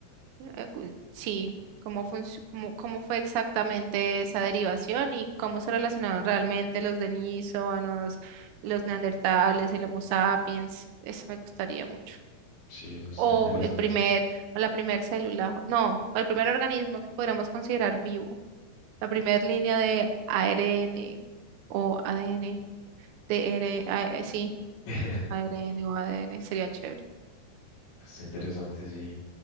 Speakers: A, on the right; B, on the left.
A: Eh, cu- Sí, cómo, func- cómo, cómo fue exactamente esa derivación y cómo se relacionaron realmente los denisovanos, los neandertales, el Homo sapiens. Eso me gustaría mucho.
B: Sí, eso está
A: o
B: interesante.
A: el primer, o la primer célula, no, o el primer organismo que podríamos considerar vivo, la primera línea de ARN o ADN, TR, a- eh, sí,
B: <laughs>
A: ARN o ADN sería chévere.
B: Está interesante, sí.